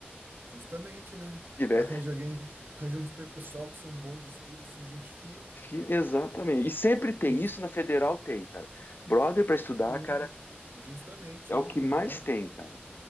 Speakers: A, on the right; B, on the left.
A: justamente, né?
B: Diverte.
A: Arranja alguém, arranja uns pessoal que são bons de estudo e são gente fina.
B: Fi- Exatamente. E sempre tem.
A: Daí
B: Isso na federal tem, cara. Brother para estudar,
A: Sim,
B: cara,
A: justamente,
B: é o
A: né?
B: que mais
A: Aham.
B: tem, cara.